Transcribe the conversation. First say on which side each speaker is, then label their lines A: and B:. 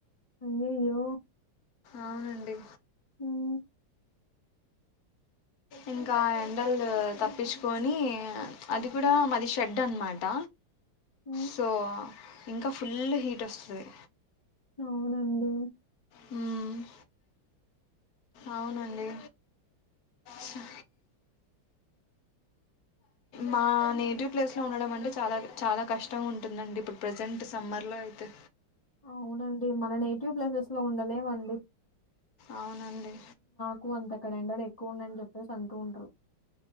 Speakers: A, on the left; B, on the left.
A: అయ్యయ్యో
B: అవునండి
A: ఉమ్
B: ఇంకా ఎండల్ తప్పించుకొని అది కూడా మాది షెడ్ అనమాట
A: ఉమ్
B: సో ఇంకా ఫుల్ హీట్ వస్తది
A: అవునండి
B: ఉమ్మ్ అవునండి చ- మా నేటివ్ ప్లేస్లో ఉండడం అంటే చాలా చాలా కష్టంగా ఉంటుందండి ఇప్పుడు ప్రసెంట్ సమ్మర్లో అయితే
A: అవునండి మన నేటివ్ ప్లేసెస్ లో ఉండలేవండి.
B: అవునండి
A: ఎక్కువ అంతక్కడ ఎండలో ఎక్కువ ఉన్యాయని చెప్పేసి అంటూ ఉంటారు.